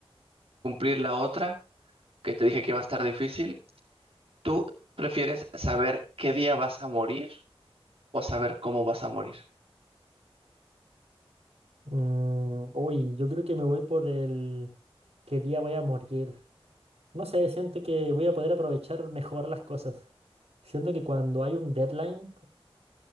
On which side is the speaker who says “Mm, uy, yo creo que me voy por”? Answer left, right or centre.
Right